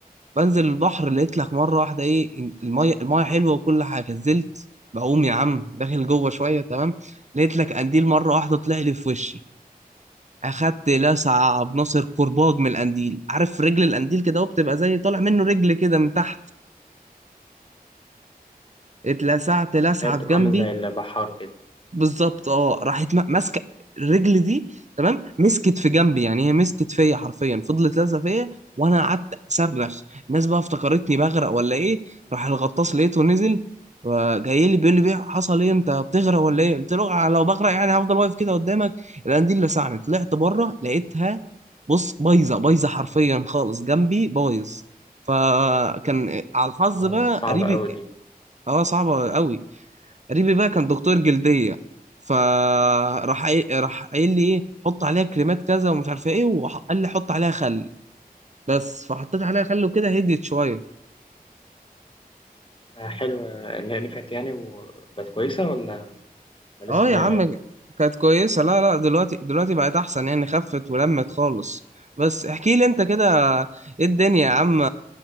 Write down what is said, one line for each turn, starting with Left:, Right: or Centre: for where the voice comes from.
Right: بنزل البحر لقيت لك مره واحده ايه المايه المايه حلوه وكل حاجه نزلت بقوم يا عم داخل جوه شويه تمام لقيت لك قنديل مره واحده طلع لي في وشي اخدت لسعه بناصر كرباج من القنديل عارف رجل القنديل كده وبتبقى زي طالع منه رجل كده من تحت اتلسعت لسعه
Left: هي بتبقى
Right: في جنبي
Left: عامل زي البحار كده
Right: بالظبط
Left: م.
Right: اه راحت ما- ماسكه الرجل دي تمام مسكت في جنبي يعني هي مسكت فيا حرفيا فضلت لازقه فيا وانا قعدت اصرخ الناس بقى افتكرتني بغرق ولا ايه راح الغطاس لقيته نزل جاي لي بيقول لي بيه حصل ايه انت بتغرق ولا ايه قلت له "آه، لو بغرق يعني هفضل واقف كده قدامك لان دي اللي لسعني طلعت بره لقيتها بص بايظه بايظه حرفيا خالص جنبي بايظ فكان على الحظ
Left: صعبه
Right: بقى
Left: صعبه
Right: قريبي
Left: قوي دي
Right: اه صعبه قوي قريبي بقى كان دكتور جلديه فراح قايل- راح قايل لي ايه حط عليها كريمات كذا ومش عارف ايه وقال لي حط عليها خل بس فحطيت عليها خل وكده هديت شويه
Left: آه، حلوه إن هي نفعت يعني وبقت كويسه ولا لسه
Right: اه يا
Left: زي
Right: عم
Left: ما هي
Right: كانت كويسه لا لا دلوقتي دلوقتي بقت احسن يعني خفت ولمت خالص بس احكي لي انت كده ايه الدنيا يا عم